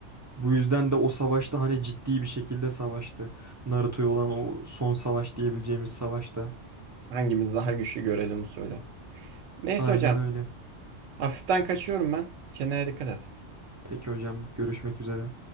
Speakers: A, on the right; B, on the right.
A: Bu yüzden de o savaşta hani ciddi bir şekilde savaştı. Naruto'ya olan o son savaş diyebileceğimiz savaşta.
B: Hangimiz daha güçlü görelim söyle. Neyse
A: Aynen
B: hocam.
A: öyle.
B: Hafiften kaçıyorum ben. Kendine dikkat et.
A: Peki hocam görüşmek üzere.